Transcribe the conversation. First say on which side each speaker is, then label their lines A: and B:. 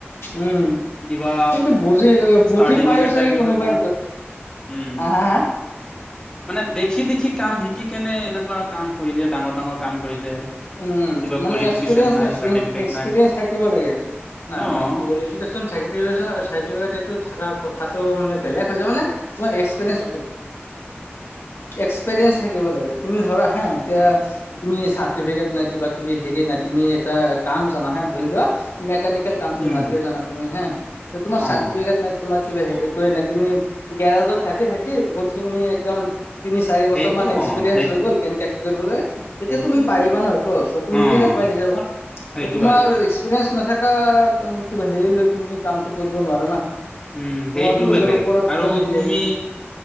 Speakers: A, on the left; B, on the left.
A: উম
B: কিবা
A: কিন্তু বুজি বুজি
B: চাৰ্টিফিকেট
A: পাইোয়ো চাগে
B: টাৰ্টিফিকেট
A: কোনোবাই
B: নাই, উম।
A: হা হা হা
B: মানে দেখি দেখি কাম শিকি কেনে এনেকুৱা কাম কৰি দিয়ে ডাঙৰ ডাঙৰ কাম কৰি দিয়ে।
A: উম
B: কিবা
A: মানে
B: কোৱালিফিকেশ্যন
A: এক্সপিৰিয়েঞ্চ
B: নাই, চাৰ্টিফিকেট
A: এক্সপিৰিয়েঞ্চ
B: নাই,
A: থাকিব লাগে নাই
B: অ',
A: মানে কোৱালিফিকেশন চাগে <unintelligible> মানে বেলেগ হৈ যায় মানে এক্সপিৰিয়েঞ্চ এক্সপিৰিয়েঞ্চ থাকিব লাগে তুমি ধৰা হা এতিয়া তুমি চাৰ্টিফিকেট নাই কিবা কিবি হেৰি নাই তুমি এটা কাম জানা হে ধৰি লোৱা মেকানিকেল কামটো
B: উম,
A: ভালকে জানা তুমি হা তোমাৰ
B: অ',
A: চাৰ্টিফিকেট নাই তোমাৰ কিবা হ একোৱে নাই তুমি গেৰাজত থাকি থাকি বহুত খিনি একদম তিনি চাৰি বছৰমান
B: সেইটো
A: এক্সপিৰিয়েঞ্চ
B: অ', সেইটো
A: হৈ গ'ল কেনেকৈ কি কৰিব লাগে তেতিয়া
B: সেইটোতো
A: তুমি পাৰিবা ন সটো চকু
B: অ',
A: মিলি <unintelligible> যাবা
B: সেইটো
A: তোমাৰ
B: পাৰিব,
A: এক্সপিৰিয়েঞ্চ নাথাকা বাহিৰলৈ তুমি কামটো কৰিব নোৱাৰা না
B: উম সেইটো
A: তোমাৰ নিজৰ
B: বেলেগ
A: ওপৰত কিবা
B: আৰু
A: হেৰি
B: তুমি
A: আহি যায়